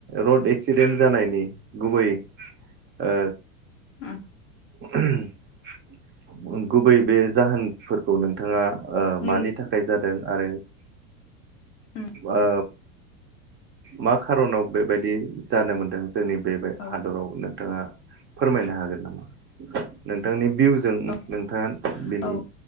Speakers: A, on the right (about 30°); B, on the left (about 30°).
A: र'ड एक्स एक्सिडेन्ट जानायनि गुबै ओ
B: ओम
A: ओहम गुबै बे जाहोन फोरखौ नोंथाङा ओ
B: नों
A: मानि थाखाय जादों आरो
B: उम
A: ओ मा खार'नाव बेबायदि जानो मोनदों? जोंनि बे बाय
B: औ
A: हादराव नोंथाङा फोरमायनो हागोन नामा नोंथांनि बि जों
B: औ
A: नोंथाङा बेनि
B: औ